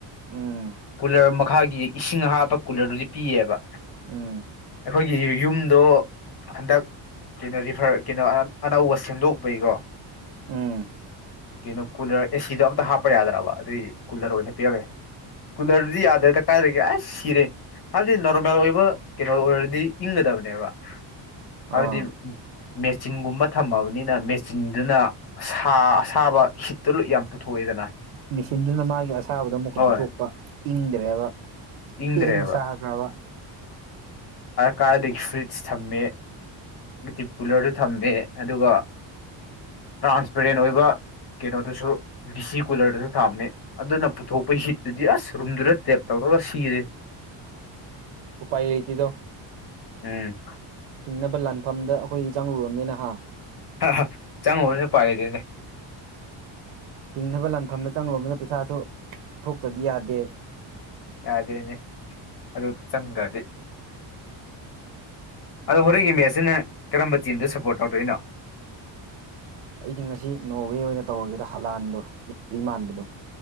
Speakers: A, on the right; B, on the left.
A: ꯎꯝ
B: ꯀꯨꯂꯔ ꯃꯈꯥꯒꯤ ꯏꯁꯤꯡ ꯍꯥꯞꯄ ꯀꯨꯂꯔꯗꯨꯗꯤ ꯄꯤꯌꯦꯕ
A: ꯎꯝ
B: ꯑꯩꯈꯣꯏꯒꯤ ꯌꯨꯝꯗꯣ ꯍꯟꯗꯛ ꯀꯩꯅꯣ ꯔꯤꯐꯔ ꯀꯩꯅꯣ ꯑꯅꯧꯕ ꯁꯦꯝꯗꯣꯛꯄꯩꯀꯣ
A: ꯎꯝ
B: ꯀꯩꯅꯣ ꯀꯨꯂꯔ ꯑꯦꯁꯤꯗꯣ ꯑꯝꯇ ꯍꯥꯞꯄ ꯌꯥꯗ꯭ꯔꯕ ꯑꯗꯨꯏ ꯀꯨꯂꯔ ꯑꯣꯏꯅ ꯄꯤꯔꯒꯦ ꯀꯨꯂꯔꯗꯨꯗꯤ ꯌꯥꯗ꯭ꯔꯦꯗ ꯀꯥꯏꯒꯦ ꯑꯁ ꯁꯤꯔꯦ ꯍꯥꯏꯕꯗꯤ ꯅꯣꯔꯃꯦꯜ ꯑꯣꯏꯕ ꯀꯩꯅꯣ ꯑꯣꯏꯔꯗꯤ ꯏꯪꯒꯗꯕꯅꯦꯕ ꯍꯥꯏꯕꯗꯤ
A: ꯑꯥ
B: ꯃꯦꯆꯤꯟꯒꯨꯝꯕ ꯊꯝꯃꯕꯅꯤꯅ ꯃꯦꯆꯤꯟꯗꯨꯅ ꯁꯥ ꯁꯥꯕ ꯍꯤꯠꯇꯨ ꯂ ꯌꯥꯝ ꯄꯨꯊꯣꯛꯑꯦꯗꯅ
A: ꯃꯦꯆꯤꯟꯗꯨꯅ ꯃꯥꯒꯤ ꯑꯁꯥꯕꯗꯣ ꯑꯃꯨꯛꯀ
B: ꯍꯣꯏ
A: ꯄꯤꯊꯣꯛꯄ ꯏꯪꯗ꯭ꯔꯦꯕ
B: ꯏꯪꯗ꯭ꯔꯦꯕ
A: ꯍꯦꯟꯅ ꯆꯥꯈ꯭ꯔꯕ
B: ꯀꯥꯏꯗꯒꯤ ꯐꯨꯔꯤꯠꯁ ꯊꯝꯃꯦ ꯗꯤꯞ ꯀꯨꯂꯔꯗꯨ ꯊꯝꯃꯦ ꯑꯗꯨꯒ ꯇ꯭ꯔꯥꯟꯁꯄꯦꯔꯦꯟ ꯑꯣꯏꯕ ꯀꯩꯅꯣꯗꯨꯁꯨ ꯕꯤ ꯁꯤ ꯀꯨꯂꯔꯗꯨꯁꯨ ꯊꯥꯝꯃꯦ ꯑꯗꯨꯅ ꯄꯨꯊꯣꯛꯄ ꯍꯤꯠꯇꯨꯗꯤ ꯑꯁ ꯔꯨꯝꯗꯨꯗ ꯇꯦꯞ ꯇꯧꯔ ꯃꯥ ꯁꯤꯒꯔꯦ
A: ꯎꯥꯏ ꯂꯩꯇꯗꯣ
B: ꯎꯝ
A: ꯍꯤꯡꯅꯕ ꯂꯥꯟꯐꯝꯗ ꯑꯩꯈꯣꯏ ꯆꯪꯂꯪꯂꯨꯔꯕꯅꯤ ꯅꯍ
B: ꯑ ꯆꯪꯉꯨꯔꯅꯦ ꯄꯥꯏꯔꯤꯗꯤꯅꯦ
A: ꯍꯤꯡꯅꯕ ꯂꯥꯟꯐꯝꯗ ꯆꯪꯂꯨꯕꯅꯤꯅ ꯄꯩꯁꯥꯁꯨ ꯊꯣꯛꯇ꯭ꯔꯗꯤ ꯌꯥꯗꯦ
B: ꯌꯥꯗꯅꯦ ꯑꯗꯨ ꯆꯪꯗꯤꯦ ꯑꯗꯣ ꯍꯣꯔꯦꯟꯒꯤ ꯃꯦꯠꯁꯁꯤꯅ ꯀꯔꯝꯕ ꯇꯤꯝꯗ ꯁꯞꯄꯣꯔꯠ ꯇꯧꯗꯣꯏꯅꯣ
A: ꯑꯩꯗꯤ ꯉꯁꯤ ꯅꯣꯋꯦ ꯑꯣꯏꯅ ꯇꯧꯔꯒꯦꯗ ꯍꯂꯥꯟꯗꯣ ꯂꯤꯕꯤ ꯃꯥꯟꯕꯗꯣ